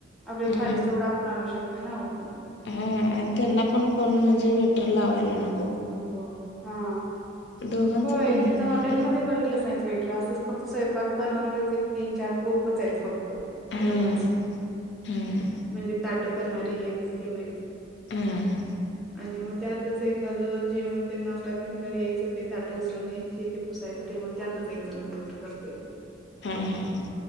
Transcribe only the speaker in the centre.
आपल्याला
पाहिजे तेवढं आपण आणू शकतो ना उठून.
नको हा,
होय
तिथं
हॉटेलमध्ये
बघितलसा व्हय वेटर असच. फक्त स्वयंपाक बनवणारच आहे फक तीन चार कुकच आहेत फक्त तेवढेच,
म्हणजे ताट ट करणारी हे तेन तेवढीच.
आणि म त्यातलच एक. एखादं जेवण तेन नाश्ता तेन तिला द्यायचं ते ताटं उचलून न्यायची ते पुसायचं टेबल त्यातलंच एक जण. कोण तू करतंय म.